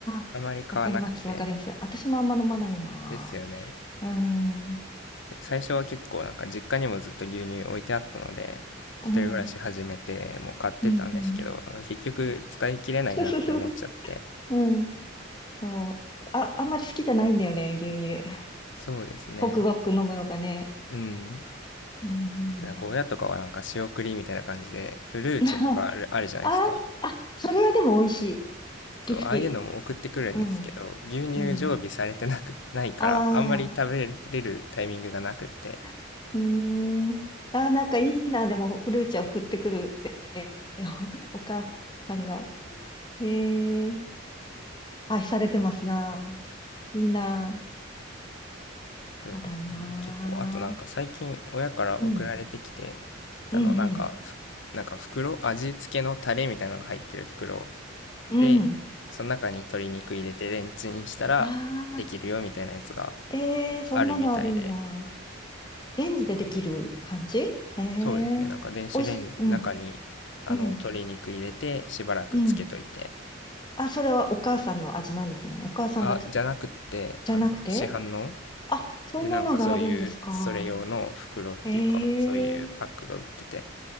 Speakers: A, on the left (about 20°); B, on the left (about 65°).
A: あわかります、
B: あまり買わなくて。
A: わかります。私もあんま飲まないな。
B: ですよね。
A: うーん、う
B: 最初は結構なんか実家にもずっと牛乳置いてあったので、一人暮らし始めてもう買ってたんですけど、
A: ん、うん、うん、うん。
B: なんか結局使い切れないなって思っちゃって。
A: <laughs> うん、そう。あ、あんまり好きじゃないんだよね、牛乳。<laughs>
B: そうですね。
A: ごクごク飲むのがね。
B: うん。
A: うん。
B: なんか親とかはなんか仕送りみたいな感じで、フルーチェとかある、
A: <laughs>
B: あるじゃないですか。
A: ああ、あ、それはでも美味しい。好
B: そう、
A: き好き。
B: ああいうのも送ってくるんですけど、
A: うん、
B: 牛乳常備されてなく、
A: うん。
B: ないから、
A: ああ、
B: あんまり食べれるタイミングがなくって。
A: <laughs> うーん。ああなんかいいな、でも、フルーチェ送ってくるって、<laughs> お母さんが。ええ愛されてますな。いいな。
B: そうですね。
A: そうだな。
B: 結構、あとなんか最近親から送られてきて
A: うん、
B: たの、
A: うん、
B: なんか、
A: うん、
B: ふなんか袋、味付けのタレみたいなのが入ってる袋
A: うん。
B: で、その中に鶏肉入れてレンチンしたらできるよみたいなやつが
A: ああ、ええそんなのあるんだ。
B: あるみたいで、
A: レンジでできる感じへえ。
B: こそうですね。なんか電子レンジの中にあの鶏肉入れてしばらくつけといて。
A: おいし、うん、うん、うん。あ、それはお母さんの味なんですね。お母さんがつ
B: あ、じゃなくってあの市販の
A: じゃなくてあ、そんなのがあるんですか。
B: でなんかそういうそれ用の袋っていうかそういうパックが売ってて。
A: ええ